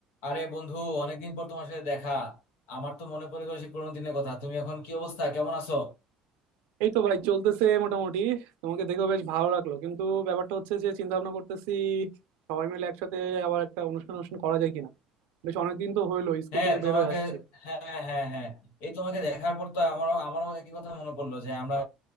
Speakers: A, on the left; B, on the right.
A: আরে বন্ধু অনেকদিন পর তোমার সাথে দেখা আমার তো মনে পড়ে গেল সেই পুরোনো দিনের কথা তুমি এখন কি অবস্থা কেমন আছো
B: এই তো ভাই চলতেছে মোটামুটি তোমাকে দেখেও বেশ ভালো লাগলো কিন্তু ব্যাপারটা হচ্ছে যে চিন্তা ভাবনা করতেছি সবাই মিলে একসাথে আবার একটা অনুষ্ঠান অনুষ্ঠান করা যায় কিনা বেশ অনেকদিন তো হইলো স্কুল
A: হ্যাঁ
B: থেকে
A: তোমাকে
B: বের হয়ে আসছে
A: হ্যাঁ হ্যাঁ হ্যাঁ হ্যাঁ। এই তোমাকে দেখার পর তো আমারও আমারও একই কথা মনে পড়লো যে আমরা